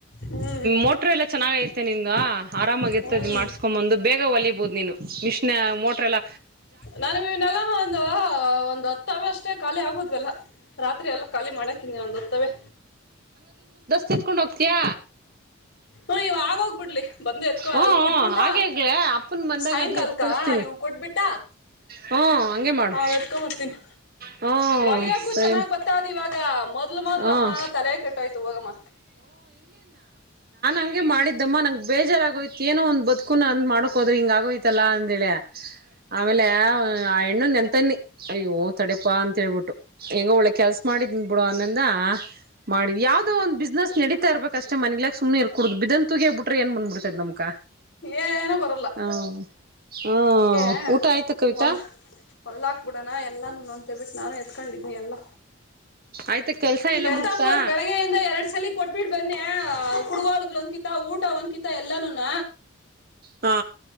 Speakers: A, on the left; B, on the right.
A: ಹ್ಮ್
B: ಮೋಟ್ರ ಎಲ್ಲಾ ಚೆನ್ನಾಗ ಐತೆ ನಿಮ್ದ ಆರಾಮಾಗಿ ಇತ್ತದ
A: ಹ್ಮ್
B: ಮಾಡ್ಸ್ಕೊ್ ಬಂದು ಬೇಗ ಒಲಬಹದು ನೀನು ಮಿಷ ಮೋಟ ಲ
A: ನಾನವ ನಲ್ಲ ಒಂದು ಒಂದು್ ಹತ್ತ ಬಷ್ಟ ಅಷ್ಟೇ ಖಾಲಿ ಆಗೋದ್ವೆಲ್ಲ ರಾತ್ರಿ ಎಲ್ಲ ಖಾಲಿ ಮಾಡಕಿನಿಂದು ಹತವೆ
B: ಸಿತ್ಕೊಂಡ್ ಹೋಗ್ತಯಾ
A: ಹ ಇವ ಆಗೋಗ್ಬಿಡ್ಲಿ ಬಂದು ಎತ್ಕೊ
B: ಹ್ಮ
A: ಇ ಕೊಟ್ಬಿಟ್ಟ
B: ಹಾಗೆ ಆಗ್ಲ ಅಪ್ಪನ್ ಬಂದಾಗಾದ್ರೂ
A: ಸಾಯಂಕಾಲಕ್ಕ
B: ಎತ್ ಕಳಿಸ್ತೀನಿ
A: ಇವ ಕೊಟ್ಬಿಟ್ಟ
B: ಹ್ಮ ಹಂಗೆ ಮಾಡು
A: ನ್ ಎತ್ಕೊತೀನಿ
B: ಹ್ಮ
A: ಒಲಯಕ್ಕೂ
B: ಸರಿ
A: ಚೆನ್ನಾಗ್ ಬತ್ತಾದ್ ಇವಾಗ ಮೊದ್ಲು ಮೊದ್ಲಮ್ಮ
B: ಹ್ಮ
A: ತಲೆ ಕೆಟ್ಟೋಯ್ತು ಹೋಗಮ್ಮ
B: ಹಗೆ ಮಾಡಿದ್ದಮ್ಮ ನಂಗಗೆ ಬೇಜಾರಾಗಯ ಏನೋ ಒಂದ ಬದುಕುನ ಅಂದ್ ಮಾಡಕ್ ಹೋದ್ರೆ ಹಿಂಗ ಆಗೋಯ್ತಲ್ಲ ಅಂದೇಳಿಯ ಆಮೇಲೆ ಆ ಹೆಣ್ಣು ನೆನ್ಂತನಿ ಅಯ್ಯೋ ತಡೆಪಾ ಅಂತ ಅಂತೇಳ್ಬಿಟ್ಟು ಹೆಂಗ ಒಳಗ್ ಕೆಲ್ಸ ಮಾಡಿದ್ನ್ ಬಿಡು ಅನ್ನಂದ ಮಾಡಿದ್ ಯಾವ್ದೋ ಒಂದ ಬಿಸ್ನೆಸ್ ನಡೀತಾ ಇರ್ಬೇಕ ಅಷ್ಟೇ ಮನಗ್ಲಾಕ್ ಸು್ನೆ ಇರ್ಕಡುದ್ ಬನ್ ತಗಿ ಬಿ್ರೆ ಏನ್ ಬಂದ್ ಬಿಡ್ತೈ್ ನಮ್ಕ
A: ಏನ ಬರಲ್ಲ
B: ಹ ಹಾ
A: ಅದ್ಕ್ಕೆೇ
B: ಊಟ ಆಯ್ತ ಕವಿತಾ
A: ಹೊಲ್ ಹೊಲ್ಾಕ್ಬಿಡೋಣ ಎಲ್ಲಾನು ಅಂತೇಬಿಟ್ಟು ನಾನು ಎ ತ್ಕೊಂಡಿದನಿ ಎಲ್ಲ
B: ಆಯ್ತ ಕೆಲ್ಸ ಎಲ್ಲ
A: ಎಟಮ್ಮನ
B: ಮುಗ್ತಾ
A: ಬೆಳಗ್ಗೆಯಿಂದ ಎರಡ್ ಸಲ ಕೊಟ್ಬಿಟ್ಟ ಬನ್ನಿ ಕುಡುಗಾಲ ಒಂದಕಿತ ಊಟ ಒಂದಕಿತ ಎಲ್ಲಾನ ನ
B: ಹಾ